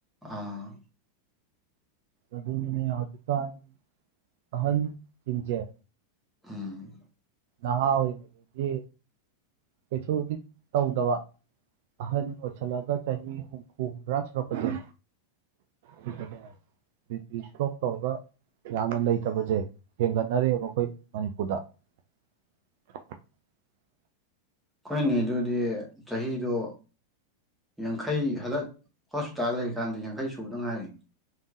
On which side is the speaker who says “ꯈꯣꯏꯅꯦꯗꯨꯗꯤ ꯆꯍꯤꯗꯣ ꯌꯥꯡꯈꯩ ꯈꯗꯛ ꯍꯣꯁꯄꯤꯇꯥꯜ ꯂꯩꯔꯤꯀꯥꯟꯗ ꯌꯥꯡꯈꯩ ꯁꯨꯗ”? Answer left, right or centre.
Centre